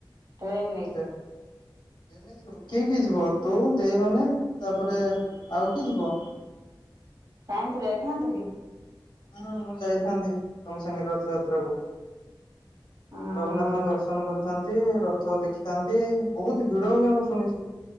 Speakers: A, on the right; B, on the left.
A: ଟ୍ରେନରେ।
B: କୋଉଥିରେ? ଟ୍ରେନରେ ଯିବ କିଏ କିଏ ଯିବ ତୁ ଦେଇମାନେ ତାପରେ ଆଉ କିଏ ଯିବ?
A: କାହିଁ ତୁ ଯାଇଥାନ୍ତୁ କି?
B: ହୁଁ ମୁଁ ଯାଇଥାନ୍ତି ତମସାଙ୍ଗରେ ରଥଯାତ୍ରା କୁ।
A: ଉଁ
B: ଜଗନ୍ନାଥଙ୍କ ଦର୍ଶନ କରୀ ଆସିଥାନ୍ତି ରଥ ଦେଖିଥାନ୍ତି ବହୁତ ଭିଡ ହୁଏ ମୁଁ ଶୁଣିଛି।